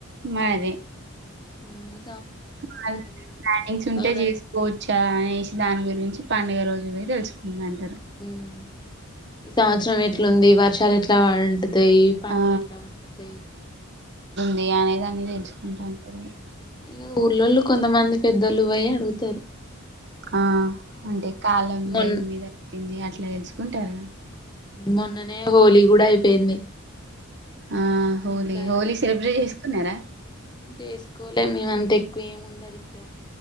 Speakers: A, on the right; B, on the left.
A: మాది
B: ఉమ్
A: ప్లాన్ ప్లానింగ్స్ ఉంటే
B: వాన
A: చేసుకోవచ్చు అనేసి దాని గురించి పండుగ రోజు పోయి తెలుసుకున్నాను
B: ఉమ్ ఈ సంచారం ఎట్లుంది వర్షాలు ఎట్లా పాడ్ తాయి పంటలు
A: ఆ
B: ఎట్లా పండుతాయి
A: ది అనేది అని తెలుసుకుంటాంటారు ఇగా
B: ఇ ఊల్లోళ్ళు కొంతమంది పెద్దలు పోయి అడుగుతారు
A: ఆ అంటే కాలం
B: మొన్
A: దేని మీద వుంది అట్లా తెలుసుకుంటరు
B: మొన్ననే హోలీ కూడా అయిపోయింది
A: ఆ హోలీ
B: ఇంకా
A: హోలీ సెలబ్రేట్ చేసుకున్నారా
B: చేసుకోలే మేం అంత ఎక్కువ ఏమి ఉండదు ఇక్కడ